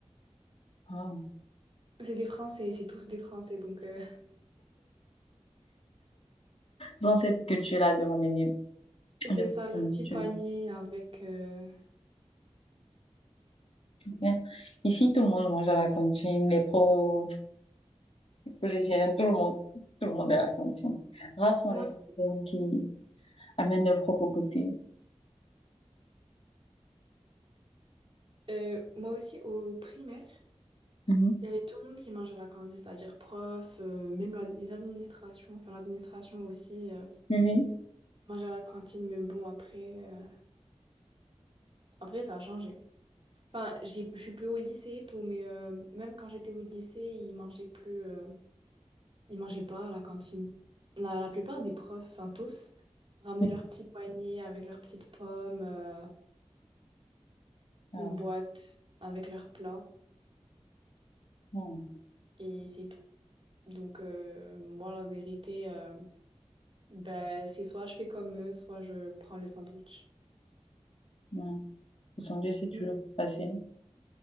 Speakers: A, on the left; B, on the right.
A: Ah,
B: C'est des Français, c'est tous des Français, donc euh,
A: dans cette culture-là de ramener
B: <laughs> c'est
A: le
B: ça, leur
A: produit.
B: petit panier avec... euh,
A: ouais. Ici, tout le monde mange à la cantine, les pros, collégienne, tout le monde, tout le monde est à la cantine. Rares sont
B: Moi
A: les
B: aussi,
A: personnes qui amènent leur propre goûter.
B: euh, moi aussi, au primaire,
A: Mhm.
B: il y avait tout le monde qui mangeait à la cantine, c'est-à-dire prof, euh, même la- les administrations, enfin l'administration aussi euh,
A: Oui,
B: mangeait à la cantine, mais bon, après, euh, après ça a changé. Enfin, j'ai- je suis plus au lycée et tout, mais euh, même quand j'étais au lycée, ils mangeaient plus... euh, Ils mangeaient pas à la cantine. La, la plupart des profs, enfin tous, ramenaient
A: oui.
B: leur petit panier avec leurs petites pommes, euh,
A: Alors,
B: une boîte avec leurs plats,
A: bon,
B: et c'est tout. Donc, euh, moi, la vérité, euh, ben, c'est soit je fais comme eux, soit je prends le sandwich.
A: ouais. Le sandwich, c'est toujours
B: Mm.
A: plus facile.